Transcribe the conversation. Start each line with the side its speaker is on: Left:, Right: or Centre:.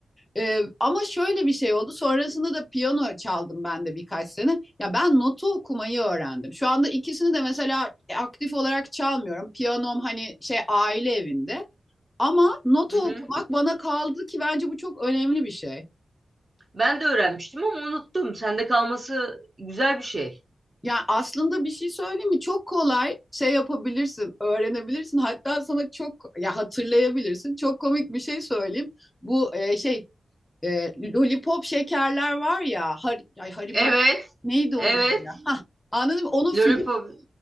Left: Ee, ama şöyle bir şey oldu. Sonrasında da piyano çaldım ben de birkaç sene. Ya ben notu okumayı öğrendim. Şu anda ikisini de mesela e, aktif olarak çalmıyorum. Piyanom hani şey aile evinde. Ama notu
Right: Hı hı.
Left: okumak bana kaldı ki bence bu çok önemli bir şey.
Right: Ben de öğrenmiştim ama unuttum. Sende kalması güzel bir şey.
Left: Yani aslında bir şey söyleyeyim mi? Çok kolay şey yapabilirsin, öğrenebilirsin. Hatta sana çok ya hatırlayabilirsin. Çok komik bir şey söyleyeyim. Bu e, şey e, lollipop şekerler var ya har, ay Haribo
Right: Evet,
Left: neydi
Right: evet.
Left: onun adı ya? Hah, anladın mı? Onun
Right: Lollipop.
Left: flüt,